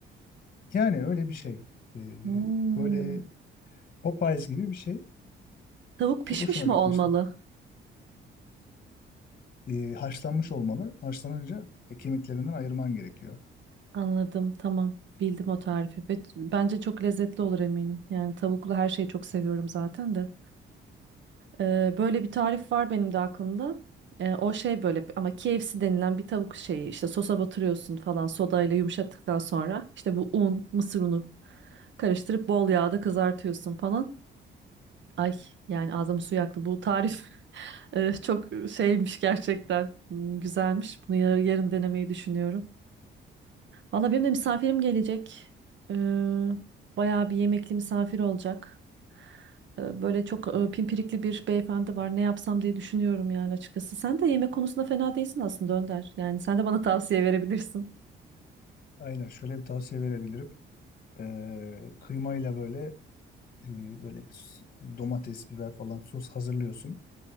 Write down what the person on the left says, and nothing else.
Yani öyle bir şey. Ee,
böyle Popeyes gibi bir şey.
Çok
hoşuma
gitmişti.
Ee, haşlanmış olmalı. Haşlanınca e, kemiklerinden ayırman gerekiyor.
Aynen şöyle bir tavsiye verebilirim. Ee, kıymayla böyle e, böyle s- domates, biber falan sos hazırlıyorsun.